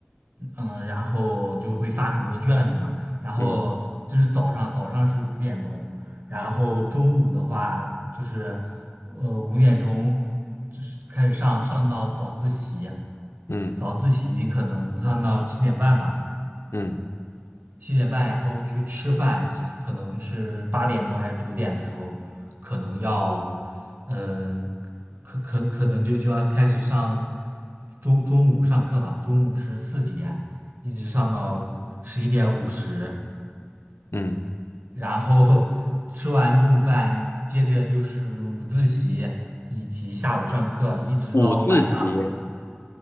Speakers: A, on the right; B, on the left.
A: 嗯，然后就会发很多卷子嘛，然后就是早上，
B: 嗯
A: 早上是五点钟，然后中午的话就是，呃，五点钟就是开始上，上到早自习，
B: 嗯
A: 早自习可能上到七点半吧，
B: 嗯。
A: 七点半，然后去吃饭，可能是八点多还是九点的时候，可能要，嗯、可可可能就就要开始上中中午上课嘛，中午是四节，一直上到十一点五十，
B: 嗯
A: 然后吃完中午饭，接着就是午自习以及下午上课，一直到晚上，
B: 五自习，